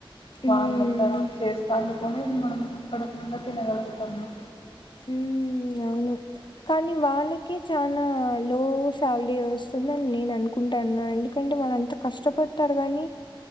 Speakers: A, on the left; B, on the left.
A: హ్మ్.
B: వాళ్ళ అట్లా చేస్తాను కొని మనం కడుపునిండా తినగలుగుతన్నాం
A: ఉమ్ అవును కానీ వాళ్ళకే చానా లో శాలరీ వస్తుం ది నేను అనుకుంటాన ఎందుకంటే వాళ్ళు అంత కష్టపడతారు గాని